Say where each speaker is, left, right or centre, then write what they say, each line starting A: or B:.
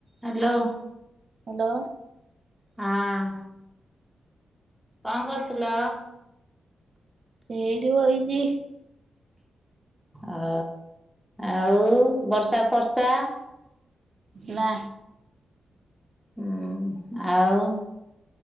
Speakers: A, in the centre; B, on the right.
A: Hello.
B: Hello.
A: ହଁ। କଣ କରୁଥିଲ?
B: ଏଇଟି ବଇଚି।
A: ଅ, ଆଉ ବର୍ଷା ଫରସା।
B: ନା
A: ହୁଁ, ଆଉ?